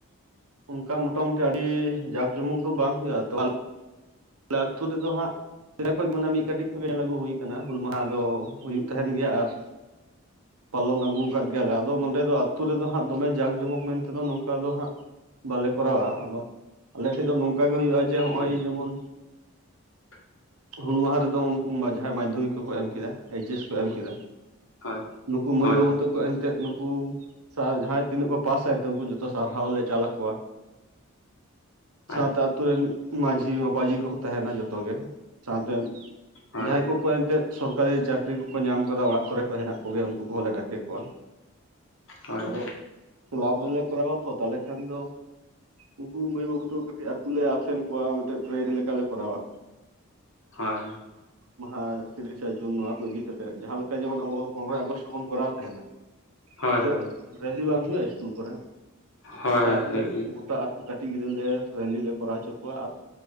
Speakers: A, on the right (about 85°); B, on the left (about 65°).
A: ᱚᱱᱠᱟ ᱢᱳᱚᱴᱟᱢᱩᱴᱤ ᱟᱹᱰᱤ ᱡᱟᱠ ᱡᱚᱢᱚᱠ ᱫᱚ ᱵᱟᱝ ᱦᱩᱭᱩᱜᱼᱟ ᱛᱚ ᱟᱞᱮ ᱟᱹᱛᱩ ᱨᱮᱫᱚ ᱦᱟᱸᱜ ᱚᱰᱮ ᱠᱷ ᱢᱟᱱᱮ ᱢᱤᱫ ᱠᱟᱹᱴᱤᱡ ᱠᱷᱚᱡ ᱜᱮ ᱞᱟᱹᱜᱩ ᱦᱩᱭ ᱠᱟᱱᱟ ᱦᱩᱞ ᱢᱟᱦᱟ ᱫᱚ ᱦᱩᱭᱩᱜ ᱠᱟᱱᱟ ᱛᱟᱦᱮᱱ ᱜᱮᱭᱟ ᱟᱨ ᱯᱟᱞᱚᱱ ᱟᱹᱜᱩ ᱟᱠᱟᱫ ᱜᱮᱭᱟᱞᱮ ᱟᱫᱚ ᱱᱚᱸᱰᱮ ᱫᱚ ᱟᱹᱛᱩᱳ ᱨᱮᱫᱚ ᱦᱟᱸᱜ ᱫᱚᱢᱮ ᱡᱟᱸᱠᱼ ᱡᱚᱢᱚᱠ ᱢᱮᱱᱛᱮᱫᱚ ᱱᱚᱝᱠᱟ ᱫᱚ ᱦᱟᱸᱜ ᱵᱟᱞᱮ ᱠᱚᱨᱟᱣᱟ ᱟᱫᱚ ᱟᱞᱮ ᱴᱷᱮᱡ ᱫᱚ ᱱᱚᱝᱠᱟ ᱜᱮ ᱦᱩᱭᱩᱜᱼᱟ ᱡᱮ ᱱᱚᱜᱼᱚᱭ
B: ᱦᱮᱸ
A: ᱡᱮᱢᱚᱱ
B: <unintelligible>
A: ᱦᱩᱞ ᱢᱟᱦᱟ ᱨᱮᱫᱚ ᱩᱱᱠᱩ ᱡᱟᱦᱟᱸᱭ ᱢᱟᱫᱽᱫᱷᱚᱢᱤᱠ ᱠᱚᱠᱚ ᱮᱢ ᱠᱮᱫᱟ ᱮᱭᱤᱪ ᱮᱥ ᱠᱚ ᱮᱢ ᱠᱮᱫᱟ
B: ᱦᱳᱭ
A: ᱱᱩᱠᱩ ᱢᱟᱹᱭ
B: ᱦᱳᱭ
A: ᱵᱟᱹᱵᱩ
B: ᱦᱳᱭ
A: ᱛᱟᱠᱚ ᱮᱱᱛᱮᱫ ᱱᱩ ᱩᱱᱠᱩ ᱡᱟᱦᱟᱸᱭ ᱛᱤᱱᱟᱹᱜ ᱠᱚ ᱯᱟᱥᱟᱭᱱᱛᱮ ᱩᱱᱠᱩ ᱡᱚᱛᱚ ᱥᱟᱨᱦᱟᱣ ᱞᱮ ᱪᱟᱞ ᱟᱠᱚᱣᱟ ᱥᱟᱶᱛᱮ
B: ᱟᱪᱪᱷᱟ
A: ᱟᱹᱛᱩ ᱨᱮᱱ ᱢᱟᱹᱡᱷᱤ ᱢᱟᱯᱟᱡᱷᱤ ᱠᱚᱠᱚ ᱛᱟᱦᱮᱱᱟ ᱡᱚᱛᱚᱜ ᱜᱮ ᱥᱟᱶᱛᱮ
B: ᱦᱳᱭ
A: ᱡᱟᱦᱟᱸᱭ ᱠᱚᱠᱚ ᱮᱱᱛ ᱥᱚᱨ ᱥᱚᱨᱠᱟᱨᱤ ᱪᱟᱹᱠᱨᱤ ᱠᱚᱠᱚ ᱧᱟᱢ ᱠᱟᱫᱟ ᱚᱲᱟᱜ ᱠᱚᱨᱮ ᱠᱚ ᱦᱮᱱᱟᱜ ᱠᱚᱜᱮᱭᱟ ᱩᱱᱠᱩ ᱠᱚᱦᱚᱸᱞᱮ ᱰᱟᱠᱮ ᱠᱚᱣᱟ
B: ᱦᱳᱭ ᱦᱳᱭ
A: ᱟᱫᱚ ᱠᱞᱟᱵᱽ ᱨᱮᱞᱮ ᱠᱚᱨᱟᱣᱟ ᱟᱛᱚ ᱛᱟᱦᱚᱞᱮ ᱠᱷᱟᱱ ᱫᱚ ᱩᱱᱠᱩ ᱢᱟᱹᱭ ᱵᱟᱹᱵᱩ ᱛᱟᱠᱚ ᱠᱟᱹᱴᱤᱡ ᱟᱛᱩ ᱞᱮ ᱟᱥᱮᱱ ᱠᱚᱣᱟ ᱢᱤᱫᱴᱮᱱ ᱯᱨᱮᱰ ᱞᱮᱠᱟᱞᱮ ᱠᱚᱨᱟᱣᱟ
B: ᱦᱳᱭ
A: ᱢᱟᱦᱟ ᱛᱤᱨᱤᱥᱟ ᱡᱩᱱ ᱱᱚᱣᱟ ᱠᱚ ᱤᱫᱤᱠᱟ ᱠᱟᱛᱮᱜ ᱡᱟᱦᱟᱸᱮ ᱞᱮᱠᱟ ᱡᱮᱢᱚᱱ ᱟᱵᱚ ᱯᱚᱱᱨᱚᱭ ᱟᱜᱚᱥᱴ ᱵᱚᱱ ᱠᱚᱨᱟᱣ ᱛᱟᱦᱮᱱᱟ
B: ᱦᱳᱭ
A: ᱢᱤᱫᱴᱮᱡ ᱨᱮᱞᱤ ᱵᱟᱝ ᱦᱩᱭᱩᱜᱼᱟ ᱤᱥᱠᱩᱞ ᱠᱚᱨᱮ
B: ᱦᱳᱭ
A: ᱚᱱᱠᱟ
B: ᱦᱳᱭ ᱦᱳᱭ
A: ᱟᱹᱛᱩ
B: ᱦᱩᱭᱩᱜ ᱜᱮᱭᱟ
A: ᱜᱚᱴᱟ ᱟᱹᱛᱩ ᱠᱟᱹᱴᱤᱡ ᱜᱤᱫᱽᱨᱟᱹ ᱞᱮ ᱨᱮᱞᱤ ᱞᱮ ᱠᱚᱨᱟᱣ ᱦᱚᱪᱚ ᱠᱚᱣᱟ ᱟᱨ